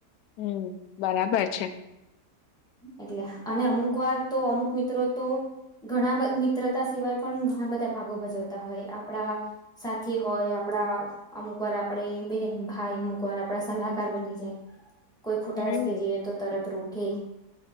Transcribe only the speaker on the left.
હમ્મ બરાબર છે.
હમ